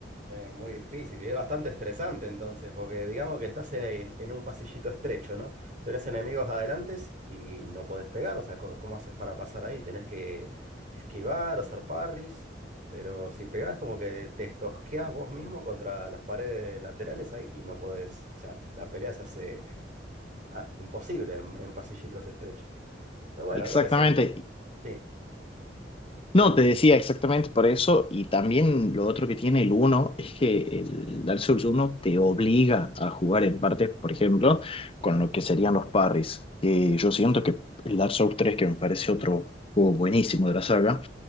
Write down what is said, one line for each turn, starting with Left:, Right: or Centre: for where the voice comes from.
Right: es muy difícil y es bastante estresante entonces, porque digamos que estás en, en un pasillito estrecho, ¿no? Tenés enemigos adelante y no podés pegar, o sea, co- ¿cómo, haces para pasar ahí? Tenés que esquivar o hacer parries, pero si pegás como que te tosqueás vos mismo contra las paredes laterales ahí y no podés, o sea, la pelea se hace Ah, imposible en, en pasillitos estrecho. Pero bueno,
Left: Exactamente,
Right: creo que son, sí,
Left: No, te decía exactamente por eso, y también lo otro que tiene el uno es que el Dark Souls uno te obliga a jugar en parte, por ejemplo, con lo que serían los parries. que yo siento que el Dark Souls tres, que me parece otro juego buenísimo de la saga,